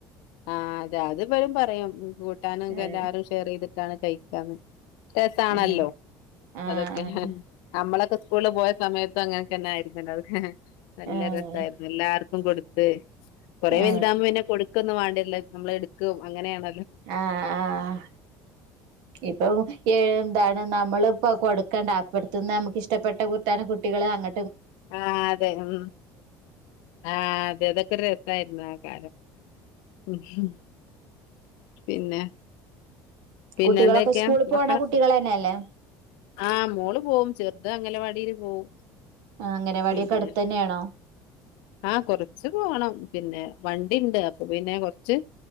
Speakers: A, on the left (about 75°); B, on the right (about 70°).
A: ആ അതെ അത് <unintelligible> വലും പറയും കൂട്ടാനും ക്കെ
B: ആഹ്
A: എല്ലാരും ഷെയർ ചെയ്തിട്ടാണ് കയിക്കാന്ന് രസ ആണല്ലോ
B: ആഹ് ആഹ്
A: അതൊക്കെ നമ്മളൊക്കെ സ്കൂളിൽ പോയ സമയത്തും അങ്ങനൊക്കന്നെ ആയിരുന്നല്ലത നല്ല
B: ആഹ് ആഹ്
A: രസായിരുന്നു എല്ലാർക്കും കൊടു ത്ത് കൊറേ
B: ആഹ്
A: വെൽതാഹ്മ്പ പിന്നെ കൊട് ക്കൊന്നും വാണ്ട്യര്ല മ്മളെടുക്കും അങ്ങനെയാണ
B: ആഹ് ആഹ് ഇപ്പം ഏഴുംന്താണ് നമ്മള് പ്പൊ കൊടുക്കേണ്ട അപ്പർത് ന്ന് അമുക്ക് ഇഷ്ടപ്പെട്ട കുട്ടാനം കുട്ടികളെ അങ്ങ
A: ആഹ് അതെ ഉം ആഹ് അതെ അതൊക്കെ രസായിരുന്നു ആ കാലം ഉം ഉം പിന്നെ പിന്നെ
B: കുട്ടികളൊക്കെ
A: എന്തൊക്കെയാ
B: സ്കൂളി പോണ
A: മക്കളൊക്കെ
B: കുട്ടികളെന്നെയല്ലേ?
A: ആഹ് മോള് പോവും ചെർത് അംഗലവാടിയില് പോവും.
B: ആ അംഗനവാടിയൊക്കെ
A: പിന്നെ
B: അടുത്ത് തന്നെയാണോ
A: ആഹ് കൊറച്ച് പോഅണം പിന്നെ വണ്ടിണ്ട് അപ്പൊ പിന്നെ കൊർച്ച്